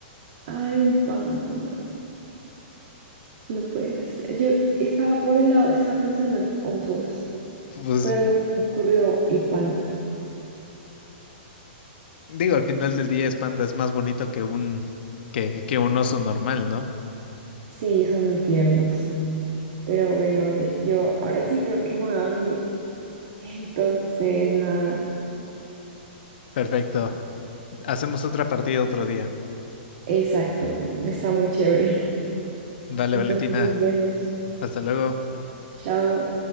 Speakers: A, on the right; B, on the left.
A: Ay, un panda. No puedes. Yo estaba por el lado, estaba pensando en osos,
B: Pues
A: pero no se me ocurrió el panda.
B: digo, al final del día es panda, es más bonito que un, que, que un oso normal, ¿no?
A: Sí, son muy tiernos. Pero bueno, oye, yo ahora sí creo que me voy a dormir. Entonces, nada.
B: Perfecto. Hacemos otra partida otro día.
A: Exacto. Está muy chévere.
B: Vale,
A: Entonces
B: Valentina.
A: nos vemos.
B: Hasta luego.
A: Chao.